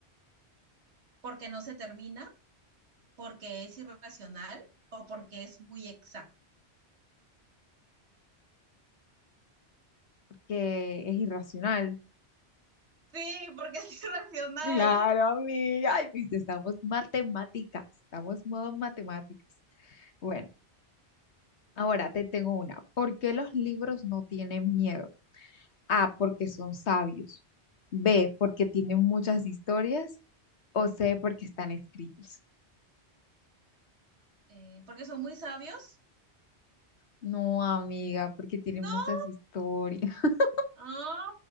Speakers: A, on the right; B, on the left.
A: ¿Porque no se termina? ¿Porque es irracional? ¿O porque es muy exacto?
B: porque es irracional.
A: Sí, porque es <laughs> irracional.
B: Claro, amiga, ay, viste, estamos matemáticas, estamos modo matemáticas. Bueno. Ahora te tengo una. ¿Por qué los libros no tienen miedo? A, porque son sabios. B, porque tienen muchas historias. O C, porque están escritos.
A: Eh, ¿porque son muy sabios?
B: No, amiga, porque tienen
A: No.
B: muchas historias. <laughs>
A: Ah,